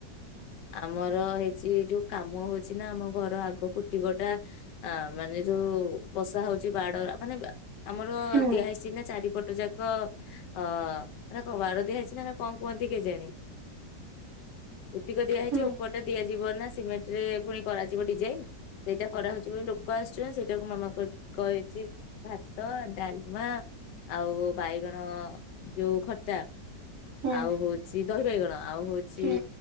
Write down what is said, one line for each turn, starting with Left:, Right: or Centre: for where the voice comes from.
Left: ଆମର ହେଇଛି ଯୋଉ କାମ ହଉଛି ନା ଆମ ଘର ଆଗ ପୁଟିକଟା ଆ ମାନେ ଯୋଉ ବସା ହଉଛି ବାଡ ମାନେ ଆମର
Right: ହୁଁ
Left: ଦିଆହଇସିନା ଚାରିପଟ ଯାକ ହଁ ହେରା କଣ ବାଡ଼ ଦିଆ ହେଇଛି ନା ନା କଣ କୁହନ୍ତି କେଜାଣି ଟିକେ ଦିଆହେଇଛି
Right: ହୁଁ
Left: ଉପର ଟା ଦିଆ ଯିବ ନା ସିମେଣ୍ଟ ରେ ପୁଣି କରାଯିବ ଡିଜାଇନ, ସେଇଟା କରାହଉଛି ବୋଲି ଲୋକ ଆସୁଛନ୍ତି ।ସେଇଟାକୁ ମାମା କହିଛି ଭାତ ଡାଲମା ଆଉ ବାଇଗଣ ଯୋଉ ଖଟା
Right: ହୁଁ
Left: ଆଉ ହଉଚି ଦହି ବାଇଗଣ ଆଉ ହଉଚି।
Right: ହୁଁ